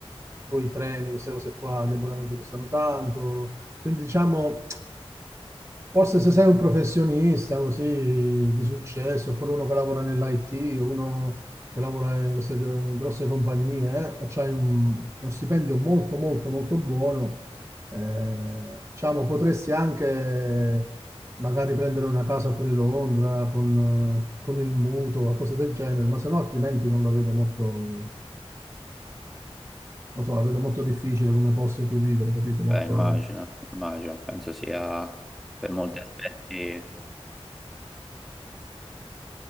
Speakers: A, on the right; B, in the centre.
A: poi i treni, queste cose qua, gli abbonamenti costano tanto, quindi diciamo Forse se sei un professionista così di successo, oppure uno che lavora nell'IT, o uno che lavora in queste gr- grosse compagnie, eh, e c'hai un- uno stipendio molto, molto, molto buono, eh, diciamo, potresti anche magari prendere una casa fuori Londra con, eh, con il mutuo, qualcosa del genere, ma se no altrimenti non la vedo molto, non so, la vedo molto difficile come posto in cui vivere, capito? Molto...
B: Beh, immagino, immagino, penso sia per molti aspetti,